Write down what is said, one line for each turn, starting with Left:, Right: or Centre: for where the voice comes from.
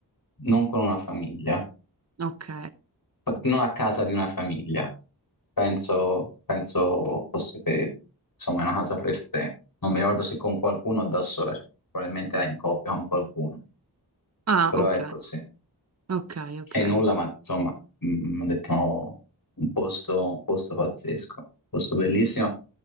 Left: non con una famiglia.
Right: Ok.
Left: non a casa di una famiglia, penso, penso fosse per, insomma, una casa per sé. Non mi ricordo se con qualcuno o da sola, probabilmente era in coppia con qualcuno,
Right: Ah,
Left: però
Right: ok.
Left: ecco sì.
Right: Ok, ok,
Left: E nulla,
Right: ok.
Left: ma insomma, mi hanno detto no, un posto, un posto pazzesco, un posto bellissimo,